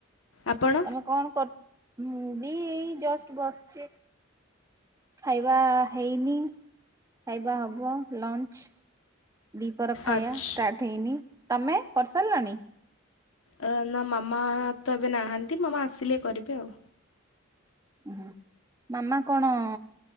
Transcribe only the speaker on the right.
ତୋମେ କଣ କର, ମୁଁ ବି ଏଇ ଜଷ୍ଟ ବସଛି। ଖାଇବା ହେଇନି ଖାଇବା ହବ ଲଞ୍ଚ। ଦିପର ଖାଇବା
ଷ୍ଟାର୍ଟ ହେଇନି। ତୋମେ କରିସାରିଲଣି?
ଓ ହଁ ମାମା କଣ